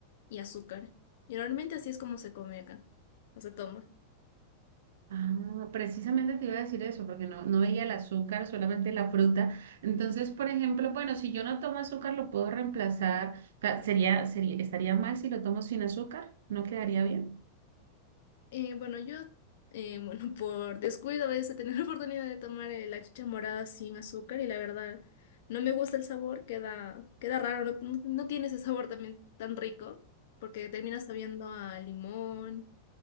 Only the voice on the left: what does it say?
y azúcar. Y normalmente así es como se come acá, o se toma.
Eh, bueno, yo, eh, <laughs> bueno, por descuido a veces he tenido la oportunidad de tomar eh, la chicha morada sin azúcar y la verdad no me gusta el sabor, queda, queda raro, no, no- no tiene ese sabor también tan rico porque termina sabiendo a limón